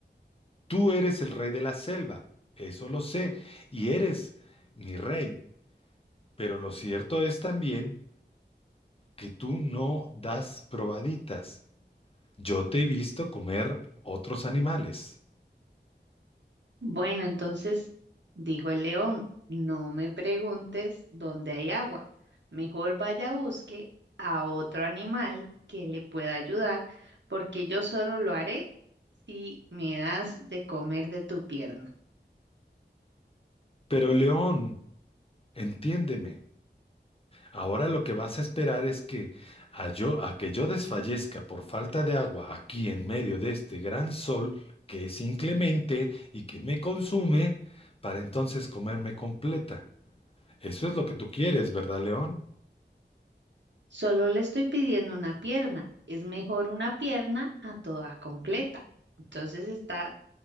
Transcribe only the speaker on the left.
Tú eres el rey de la selva, eso lo sé, y eres mi rey, pero lo cierto es también que tú no das probaditas. Yo te he visto comer otros animales.
Pero león, entiéndeme. Ahora lo que vas a esperar es que a yo, a que yo desfallezca por falta de agua aquí en medio de este gran sol que es inclemente y que me consume, para entonces comerme completa. Eso es lo que tú quieres, ¿verdad, León?